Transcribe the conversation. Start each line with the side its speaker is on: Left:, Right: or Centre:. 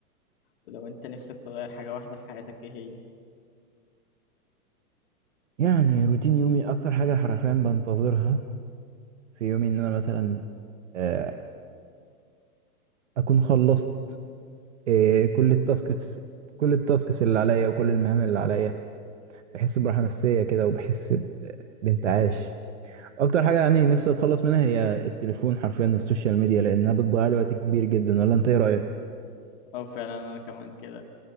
Left: ولو انت نفسك تغير حاجة واحدة في حياتك ايه هي؟
Right: يعني روتين يومي اكتر حاجه حرفيا بنتظرها في يومي ان انا مثلا آه، اكون خلصت آه، كل التاسكس كل التاسكس اللي عليا وكل المهام اللي عليا بحس براحة نفسية كده وبحس ب- بانتعاش اكتر حاجة يعني نفسي اتخلص منها هي التليفون حرفيا والسوشيال ميديا لانها بتضيع لي وقت كبير جدا ولا انت ايه رأيك
Left: اه فعلا انا كمان كده